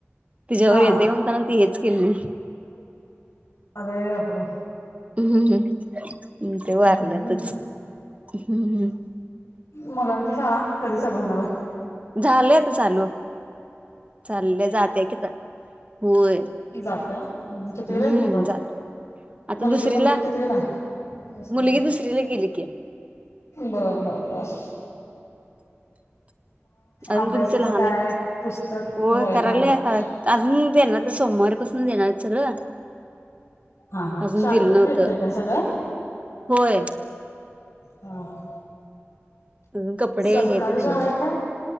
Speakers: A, on the right; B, on the left.
A: तिच्यावर
B: हा
A: येते म्हणून त्यांन ती हेच केली नाही.
B: अरे बापरे.
A: हम्म हम्म् ते
B: हम्म
A: वारलातच हम्म.
B: मुलांची शाळा कधी चालू होणार आहे?
A: झालंय आता चालू चालले जाते कि आता होय.
B: जातं. हम् कितविला
A: हम्म
B: आहेत मुलं?
A: जात आता
B: मुलगी
A: दुसरीला
B: मुलगी कितविला आहे? दुसरीला.
A: मुलगी दुसरीला गेली की.
B: बर बर बस.
A: अजून
B: अभ्यासाचं
A: तुमचं लहान
B: काय
A: आहे,
B: पुस्तक
A: होय करायले
B: लहान आहे.
A: <unintelligible> अजून देणार सोमवारीपासून देणार सगळं.
B: हा हा
A: अजून
B: शाळेतच
A: दिलं नव्हतं
B: भेटतेय का सगळं?
A: होय
B: हा
A: अजून कपडे
B: सरकारी
A: हे ते देणार
B: शाळाय
A: आहेत
B: काय?